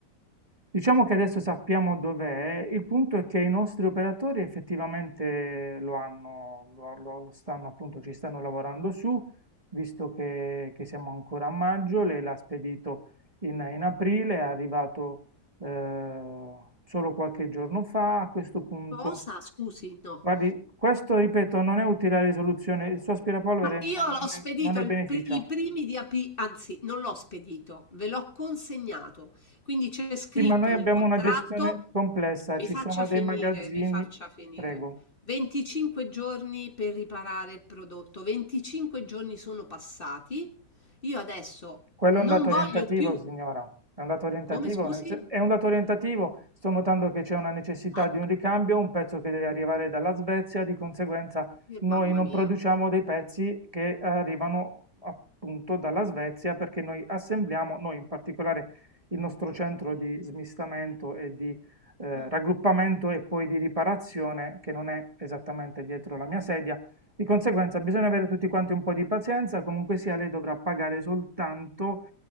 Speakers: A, on the right; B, on the left.
A: Diciamo che adesso sappiamo dov'è, il punto è che i nostri operatori effettivamente lo hanno, lo, lo- lo stanno appunto, ci stanno lavorando su, visto che, che siamo ancora a maggio, lei l'ha spedito in, in aprile, è arrivato eh, solo qualche giorno fa, a questo punto,
B: Cosa? Scusi, no.
A: guardi, questo ripeto non è utile la risoluzione, il suo aspirapolvere
B: Ma io
A: non,
B: l'ho
A: non ne
B: spedito
A: non ne
B: il
A: beneficia.
B: pr- i primi di aprile, anzi, non l'ho spedito, ve l'ho consegnato. Quindi c'è scritto
A: Sì, ma noi abbiamo
B: nel contratto,
A: una gestione complessa,
B: mi
A: ci
B: faccia
A: sono
B: finire,
A: dei magazzini,
B: mi faccia finire.
A: prego.
B: 25 giorni per riparare il prodotto. 25 giorni sono passati. Io adesso
A: Quello
B: non
A: è un dato
B: voglio
A: orientativo,
B: più.
A: signora. È un dato orientativo.
B: Come scusi?
A: nel sen- È un dato orientativo. Sto notando che c'è una necessità
B: Ah,
A: di un ricambio, un pezzo che deve arrivare dalla Svezia, di conseguenza
B: eh,
A: noi
B: mamma
A: non
B: mia.
A: produciamo dei pezzi che arrivano appunto dalla Svezia perché noi assembliamo, noi in particolare il nostro centro di smistamento e di eh,
B: Ah,
A: raggruppamento e poi di riparazione, che non è esattamente dietro la mia sedia, di conseguenza bisogna avere tutti quanti un po' di pazienza, comunque sia lei dovrà pagare soltanto